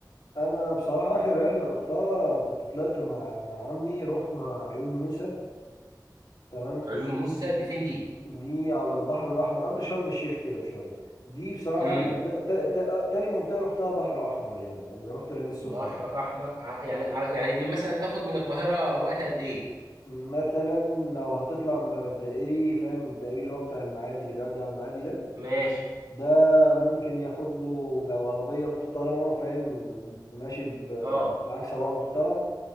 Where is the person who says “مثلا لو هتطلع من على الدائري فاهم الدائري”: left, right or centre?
Left